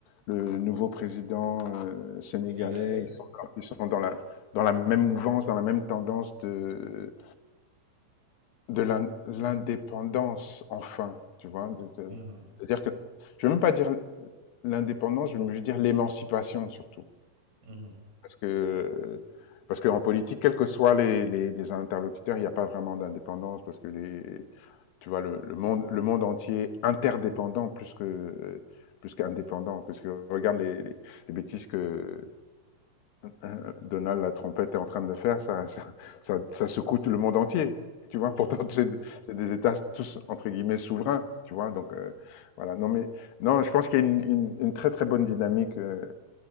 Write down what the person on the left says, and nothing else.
le nouveau président euh, sénégalais,
ils sont dans, ils sont dans la, dans la même mouvance, dans la même tendance de, de l'in- l'indépendance, enfin. Tu vois, de- de-
c'est-à-dire que je ne vais même pas dire l'indépendance, je veux dire l'émancipation surtout.
Parce que, parce qu'en politique, quels que soient les, les, les interlocuteurs, il n'y a pas vraiment d'indépendance parce que les, tu vois, le, le monde, le monde entier interdépendant plus que, plus qu'indépendant. Parce que regarde les, les, les bêtises que euh, Donald la trompette est en train de faire, ça, ça, ça, ça secoue tout le monde entier. Tu vois, pourtant
<laughs> c'est c'est des États tous entre guillemets souverains. Tu vois, donc euh, voilà. Non mais non, je pense qu'il y a une, une, une très très bonne dynamique, euh,